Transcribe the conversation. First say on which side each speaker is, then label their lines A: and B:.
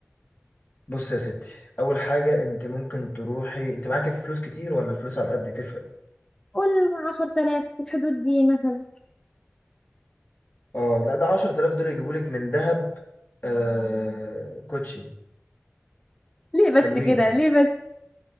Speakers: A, on the left; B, on the left.
A: بص يا ستي اول حاجه انت ممكن تروحي انت معاكي فلوس كتير ولا الفلوس على قد تفرق
B: قول عشرة آلاف في الحدود دي مثلا
A: اه لا ده 10000 دول يجيبوا لك من ذهب آه... كوتشي
B: ليه بس
A: حلوين
B: كده ليه بس